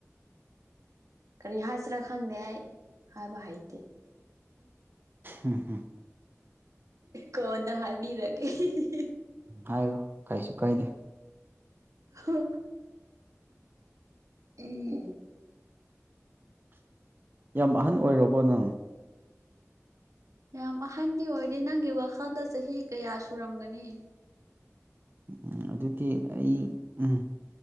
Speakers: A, on the right; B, on the right.
A: ꯀꯔꯤ ꯍꯥꯏꯁꯤꯔꯥ ꯈꯪꯗꯦ ꯑꯩ ꯍꯥꯏꯕ ꯍꯩꯇꯦ
B: ꯎꯝ ꯍꯝ
A: ꯀꯣꯟꯅ ꯍꯥꯏꯕꯤꯔꯒꯦ ꯍꯤ ꯍꯤ ꯍꯤ
B: ꯍꯥꯏꯌꯨ ꯀꯩꯁꯨ ꯀꯥꯏꯗꯦ
A: ꯍꯣ ꯎꯝ
B: ꯌꯥꯝ ꯑꯍꯟ ꯑꯣꯏꯔꯕꯣ ꯅꯪ
A: ꯌꯥꯝ ꯑꯍꯟꯗꯤ ꯑꯣꯏꯗꯦ ꯅꯪꯒꯤ ꯋꯥꯈꯜꯗ ꯆꯍꯤ ꯀꯌꯥ ꯁꯨꯔꯝꯒꯅꯤ
B: ꯎꯝ ꯑꯗꯨꯗꯤ ꯑꯩ ꯎꯝ